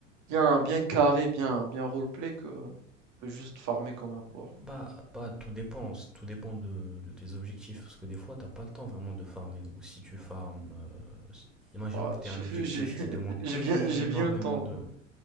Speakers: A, on the right; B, in the centre.
A: bien bien carré, bien bien roleplay que que juste farmer comme un porc.
B: Bah, bah, tout dépend. Tout dépend de, de tes objectifs. Parce que des fois, t'as pas le temps vraiment de farmer. Ou si tu farmes. euh, Imaginons
A: Ah,
B: que t'aies
A: je
B: un objectif
A: fais j'ai
B: qui
A: <laughs>
B: demande
A: j'ai
B: énormément
A: bien j'ai bien le temps,
B: de.